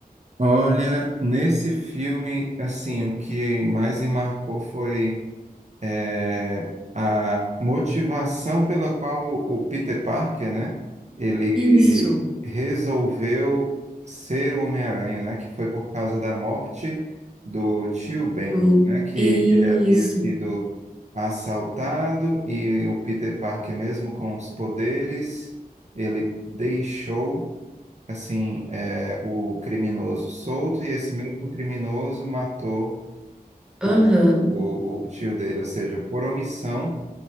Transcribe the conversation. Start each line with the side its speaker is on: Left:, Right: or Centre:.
Right: Olha, nesse filme, assim, o que mais me marcou foi é, a motivação pela qual o, o Peter Parker, né, ele
Centre: Isso.
Right: resolveu ser o Homem-Aranha, né, que foi por causa da morte do tio Ben,
Centre: Quando-
Right: né, que
Centre: Isso.
Right: ele havia sido assaltado e o Peter Parker, mesmo com os poderes, ele deixou assim, é, o criminoso solto e esse mesmo criminoso matou
Centre: Aham,
Right: o, o, o- o tio dele, ou seja, por omissão,